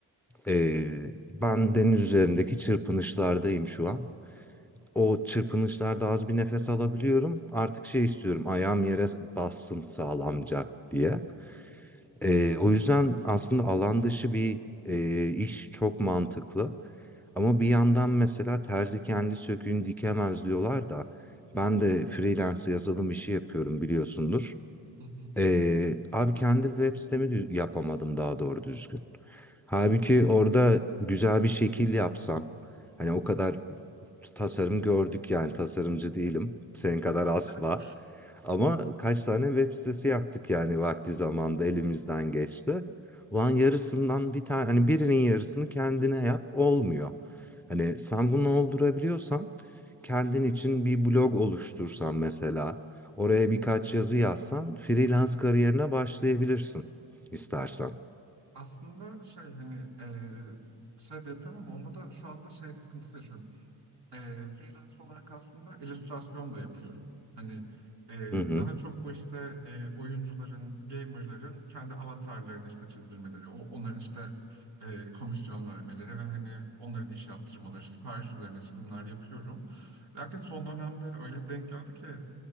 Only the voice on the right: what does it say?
Hı hı.
Evet.
<laughs>
Aslında şey hani e, şey de yapıyorum ama onda da şu anda şey sıkıntısı yaşıyorum. E, freelance olarak aslında illüstrasyon da yapıyorum. Hani e,
daha çok bu işte e, oyuncuların, gamerların kendi avatarlarını işte çizdirmeleri, o, onların işte e, komisyon vermeleri ve hani onların iş yaptırmaları, sipariş üzerine çizimler yapıyorum. Lakin son dönemde öyle bir denk geldi ki